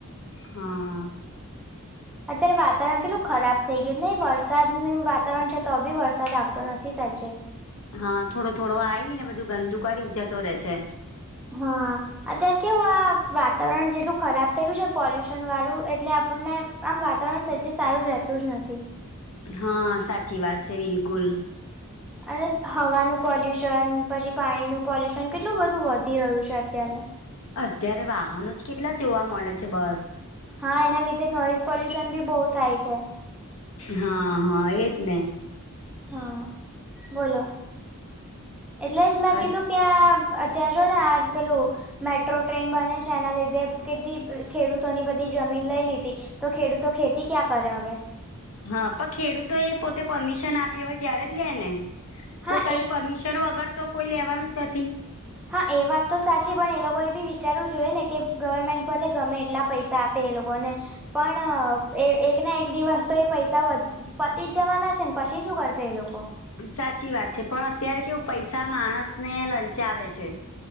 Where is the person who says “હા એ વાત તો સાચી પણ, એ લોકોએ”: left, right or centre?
Centre